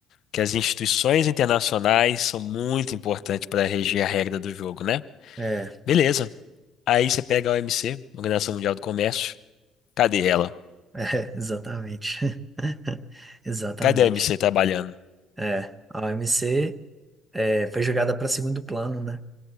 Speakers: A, on the left (about 65°); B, on the right (about 15°).
A: que as instituições internacionais são muito importantes para reger a regra do jogo, né?
B: É,
A: Beleza. Aí você pega a OMC, Organização Mundial do Comércio. Cadê ela?
B: é, <laughs> exatamente. <laughs> Exatamente.
A: Cadê a OMC trabalhando?
B: É, a OMC é, foi jogada para segundo plano, né?